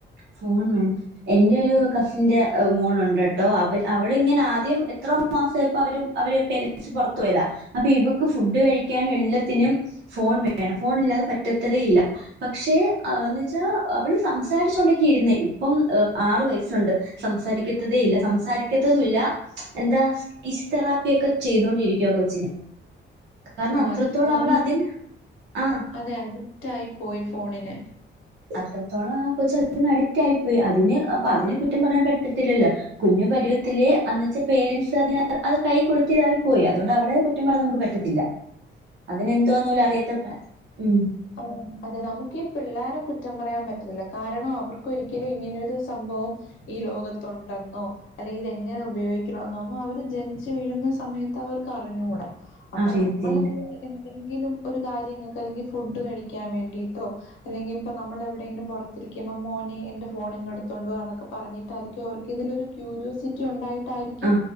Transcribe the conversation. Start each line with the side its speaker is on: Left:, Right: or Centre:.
Right: ഫോൺ വേണം എന്റെ ഒരു കസിന്റെ മോളുണ്ട് ട്ടോ അവര് അവളിങ്ങനെ ആദ്യം എത്രോ മാസപ്പ അവര് അവര് പേരൻസ് പുറത്തു പോയതാ അപ്പൊ ഇവക്ക് ഫുഡ് കഴിക്കാനും എല്ലാത്തിനും ഫോൺ വേണം ഫോൺ ഇല്ലാതെ പറ്റ തയില്ല പക്ഷേ ന്ന് വെച്ചാ അവള് സംസാരിച്ച് കെ രുന്നേ ഇപ്പം ആറു വയസ്സുണ്ട് സംസാരിക്കത്തതേ ഇല്ല സംസാരിക്കത്തതും ഇല്ല. എന്താ ഫിസ് തെറാപ്പിയക്കെ ചെയ്തൊണ്ടിരിക്കുവ കൊച്ചിന് കാരണം
Left: ഓഹ്!
Right: അത്രത്തോളം
Left: അത് ഫോണിന്
Right: ആള് അതിൽ ആഹ്
Left: അതെ അഡിക്റ്റ് ആയി പോയി ഫോണിന്.
Right: അത്രത്തോളം ആ കൊച്ച് അതിന് അഡിക്റ്റ് ആയിപ്പോയി അതിന് അപ്പൊ അതിനെ കുറ്റം പറയാൻ പറ്റത്തില്ലല്ലോ. കുഞ്ഞു പരുവത്തില് അന്ന്വച്ച പേരൻസ് അ ത് അത് കൈ കൊടുത്തിതായി പോയി അതുകൊണ്ട് അവളെ കുറ്റം പറയാൻ നമുക്ക് പറ്റത്തില്ല. അതിനെന്തോന്ന പോല അറിയാത്ത മ്
Left: ആ അതെ നമുക്ക് പിള്ളേരെ കുറ്റം പറയാൻ പറ്റത്തില്ല കാരണം അവർക്ക ഒരിക്കലും ഇങ്ങനെരു സംഭവം ഈ ലോകത്തുണ്ടെന്നോ അല്ലെങ്കിൽ ഇത എങ്ങനെ ഉപയോഗിക്കണന്നു അവര് ജനിച്ചു വീഴുന്ന സമയത്ത് അവർക്ക് അറിഞ്ഞുടാ. അപ്പൊ
Right: അറിയത്തില്ല
Left: നമ്മളല്ല എന്തെങ്കിലും ഒരു കാര്യങ്ങൾക്ക് അല്ലെങ്കിൽ ഫുഡ് കഴിക്കാൻ വേണ്ടിട്ടോ അല്ലെങ്കി ഇപ്പ നമ്മളെവടെങ്കിലും പൊറത്തിരിക്കുമ്പോ മോനെ എന്റെ ഫോണിങ്ങെടുത്തോണ്ടവാ എന്നൊക്കെ പറഞ്ഞിട്ടായിരിക്കും അവർക്ക് ഇതിലൊരു ക്യൂരിയോസിറ്റി ഒണ്ടായിട്ടാരിക്കും
Right: ആ